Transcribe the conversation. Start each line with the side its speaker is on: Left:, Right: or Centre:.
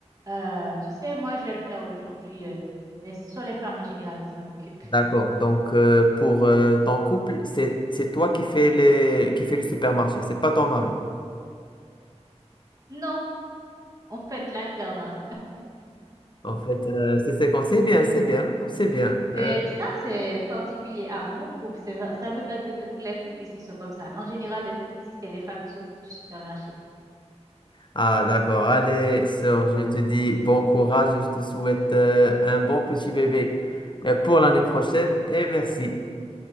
Right: Euh, tu sais, moi, je vais le faire aujourd'hui, euh, mais ce sont les femmes en général qui s'en occupent.
Left: D'accord. Donc, euh, pour euh, ton couple, c'est c'est toi qui fais les qui fais le supermarché, c'est pas ton mari.
Right: Non, on fait de l'alternance.
Left: En fait, euh, c'est c'est qu'on- c'est bien, c'est bien, non, c'est bien.
Right: C'est,
Left: Euh,
Right: ça, c'est particulier à mon couple. C'est vrai- Ça ne veut pas dire que tous les couples ici sont comme ça. En général, les couples ici, c'est les femmes qui s'occupent du supermarché.
Left: ah, d'accord. Allez, sœur, je te dis bon courage et je te souhaite euh, un bon petit bébé euh, pour l'année prochaine et merci.